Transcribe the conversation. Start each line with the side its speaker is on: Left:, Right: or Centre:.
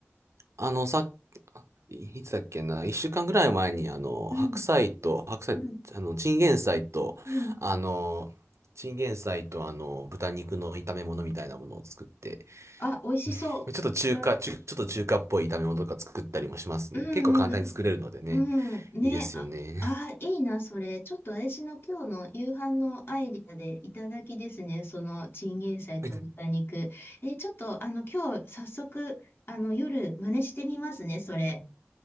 Right: あの、さいつだっけな、一週間ぐらい前に、あの、
Left: うん、
Right: 白菜と、白菜、
Left: うん、
Right: あの、チンゲン菜と、
Left: うん。
Right: あの、チンゲン菜と、あの、豚肉の炒め物みたいなものを作って、
Left: あ、美味しそう。
Right: ちょっと中華、
Left: そ
Right: ちょ、ちょっと中華っぽい炒め物とか作ったりもしますね。
Left: うんうん。
Right: 結構簡単に作れるのでね、
Left: うん。ね。
Right: いいですよね。
Left: あ、あー、いいな、それ。ちょっと私の今日の夕飯のアイディアでいただきですね。そのチンゲン菜と豚肉。
Right: <laughs>
Left: えー、ちょっと、あの、今日早速、あの、夜真似してみますね、それ。